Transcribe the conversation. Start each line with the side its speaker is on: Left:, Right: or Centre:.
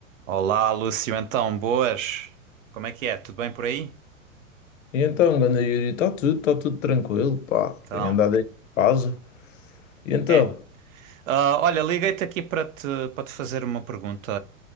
Right: Olá, Lúcio, então, boas? Como é que é? Tudo bem por aí?
Left: E então, ganda Yuri, está tudo, está tudo tranquilo, pá.
Right: Então,
Left: Tenho andado aí de casa. E então?
Right: é? Ah, olha, liguei-te aqui para te, para te fazer uma pergunta.